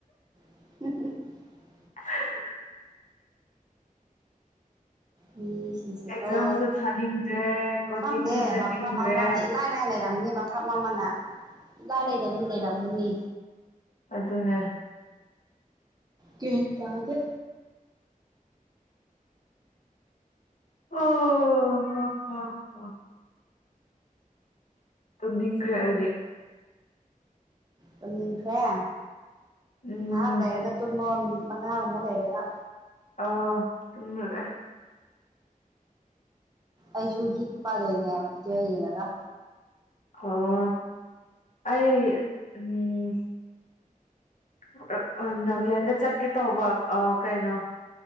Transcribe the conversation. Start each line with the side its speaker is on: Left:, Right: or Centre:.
Right: <unintelligible>
Left: <unintelligible>
Right: ꯃꯤꯁꯤꯡꯁꯦꯀꯣ
Left: ꯑꯦꯛꯖꯥꯝꯁꯨ ꯊꯥꯅꯤꯡꯗ꯭ꯔꯦ ꯀꯣꯆꯤꯡꯁꯨ
Right: ꯈꯪꯗꯦ
Left: ꯆꯠꯅꯤꯡꯗ꯭ꯔꯦ
Right: ꯃꯐꯝ ꯑꯃ ꯏꯂꯥꯏ ꯂꯥꯏꯅ ꯂꯩꯔꯝꯅꯤ ꯃꯐꯝ ꯑꯃꯅ ꯏꯂꯥꯏ ꯂꯩꯗꯕꯤꯗꯤ ꯂꯩꯔꯝꯒꯅꯤ
Left: ꯑꯗꯨꯅꯦ
Right: ꯒ꯭ꯌꯥꯟ ꯇꯥꯗꯦ
Left: ꯑꯣ ꯍ ꯍ ꯍ ꯇꯝꯅꯤꯡꯈ꯭ꯔꯦ ꯑꯩꯗꯤ
Right: ꯇꯨꯝꯅꯤꯡꯈ꯭ꯔꯦ
Left: ꯎꯝ
Right: ꯉꯍꯥꯛ ꯂꯩꯔꯒ ꯇꯨꯝꯃꯣ ꯃꯉꯥꯒꯨꯝꯕ ꯂꯩꯔꯒ
Left: ꯑꯣ ꯇꯨꯝꯔꯒꯦ
Right: ꯑꯩꯁꯨ ꯍꯤꯞꯄꯗꯣꯏꯅꯦ ꯚꯤꯗꯤꯑꯣ ꯌꯦꯡꯉꯒ
Left: ꯑꯣ ꯑꯩ ꯎꯝ ꯑꯛ ꯑꯥ ꯅꯥꯒꯥꯂꯦꯟꯗ ꯆꯠꯀꯦ ꯇꯧꯕ ꯀꯩꯅꯣ